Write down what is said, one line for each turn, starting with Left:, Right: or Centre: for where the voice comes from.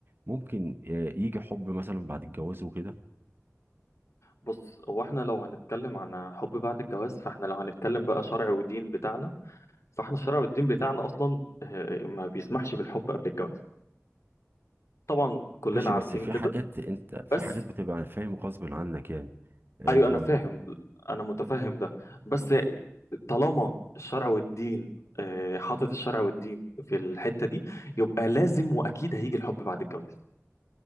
Right: ممكن آه، يجي حب مثلا بعد الجواز وكده
Left: بص هو احنا لو هنتكلم عن حب بعد الجواز فاحنا لو هنتكلم بقى شرع ودين بتاعنا فاحنا الشرع والدين بتاعنا اصلا آه، ما بيسمحش بالحب قبل الجواز طبعا كلنا
Right: ماشي
Left: عارفين
Right: بس في
Left: كده
Right: حاجات انت في
Left: بس
Right: حاجات بتبقى فاهم غصب عنك يعني آه،
Left: ايوه
Right: زي
Left: انا
Right: ما
Left: فاهم
Right: بيقولوا
Left: انا متفهم ده بس طالما الشرع والدين آه، حاطط الشرع والدين في الحتة دي يبقى لازم واكيد هيجي الحب بعد الجواز